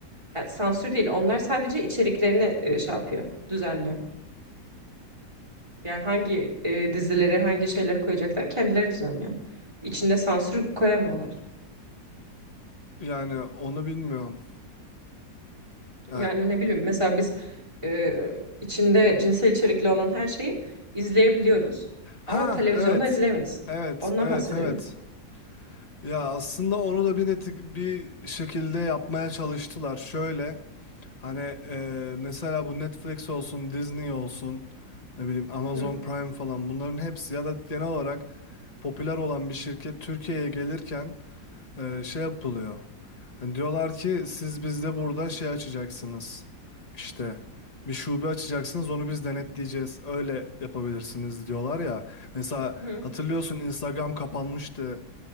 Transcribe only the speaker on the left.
Yani onu bilmiyorum. Yani...
Ha
evet.
Evet,
evet,
evet. Ya aslında onu da bir netik bir şekilde yapmaya çalıştılar. Şöyle hani e, mesela bu Netflix olsun, Disney olsun, ne bileyim Amazon
Prime falan bunların hepsi ya da genel olarak popüler olan bir şirket Türkiye'ye gelirken e, şey yapılıyor. Hani diyorlar ki siz bizde burada şey açacaksınız. İşte bir şube açacaksınız onu biz denetleyeceğiz. Öyle yapabilirsiniz diyorlar ya. Mesela
hatırlıyorsun Instagram kapanmıştı.